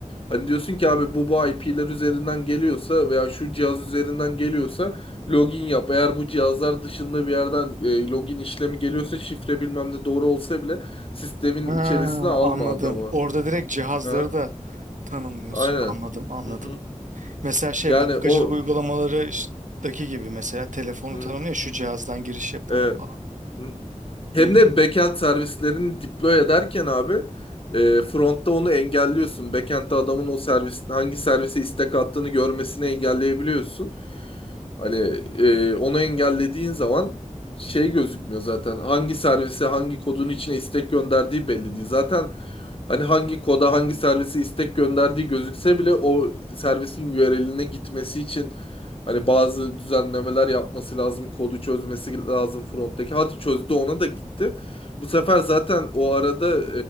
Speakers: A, on the left; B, on the right.
A: Hani diyorsun ki abi bu bu IP'ler üzerinden geliyorsa veya şu cihaz üzerinden geliyorsa login yap. Eğer bu cihazlar dışında bir yerden e, login işlemi geliyorsa şifre bilmem de doğru olsa bile sistemin
B: Ha,
A: içerisine alma
B: anladım.
A: adamı.
B: Orada direkt cihazları
A: Ha?
B: da tanımlıyorsun.
A: Aynen.
B: Anladım, anladım.
A: Hı hı.
B: Mesela şey
A: Yani
B: bankacılık
A: o
B: uygulamaları işte- gibi mesela telefonu
A: Hı.
B: tanımlıyor. Şu cihazdan giriş yapıldı
A: Evet.
B: falan.
A: Hı. Hem
B: Hı hı.
A: de backend servislerini deploy ederken abi e, frontta onu engelliyorsun. Backend'de adamın o servis hangi servise istek attığını görmesini engelleyebiliyorsun. Hani e, onu engellediğin zaman şey gözükmüyor zaten. Hangi servise hangi kodun içine istek gönderdiği belli değil. Zaten hani hangi koda hangi servise istek gönderdiği gözükse bile o servisin URL'ine gitmesi için Hani bazı düzenlemeler yapması lazım, kodu çözmesi lazım fronttaki. Hadi çözdü ona da gitti. Bu sefer zaten o arada